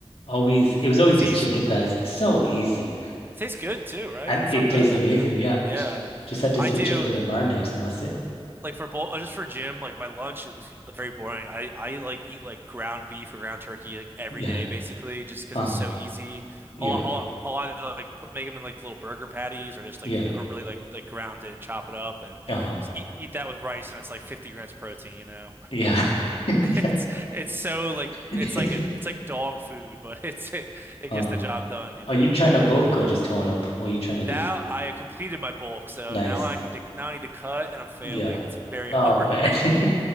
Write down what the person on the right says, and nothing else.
it's
easy.
It tastes good too, right?
It's
not bad.
Yeah,
yeah.
I
do.
like for both just for gym like my lunch is very boring I I like eat like ground beef or ground turkey like every
day basically just because
it's so easy
a lot, a lot a lot of like put, make them in like little burger patties or just
like or really like like ground it and chop it up and
just eat, eat that with rice and it's like 50 grams of protein you know
<laughs> it's
it's so like
it's like a it's like dog food but <laughs> it's it, it
gets the job done you know
now I completed my bulk so
now I need to now I need to cut and I'm failing
it's very
<laughs> hard